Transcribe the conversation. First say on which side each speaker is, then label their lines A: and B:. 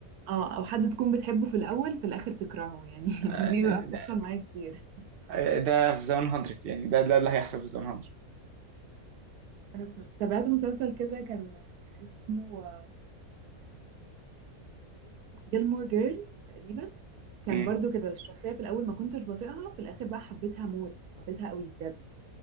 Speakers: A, on the right; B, on the right.
A: اه او حد تكون بتحبه في الاول في الاخر تكرهه يعني <laughs>
B: آه،
A: دي بقى بتحصل
B: ده
A: معايا كتير
B: آه، ده في زون 100 يعني ده ده اللي هيحصل في زون 100
A: انا تابعت مسلسل كده كان اسمه جيلمور جيرلز تقريبا كان
B: امم
A: برضو كده الشخصية في الأول ما كنتش بطيئها في الآخر بقى حبيتها موت حبيتها قوي بجد